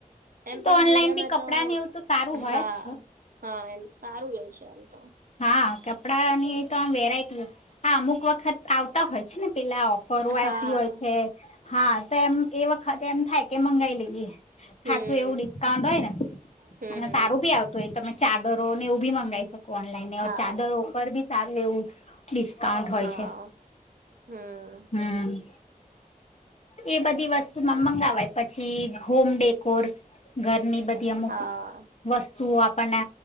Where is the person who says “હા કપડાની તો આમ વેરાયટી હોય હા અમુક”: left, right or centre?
Left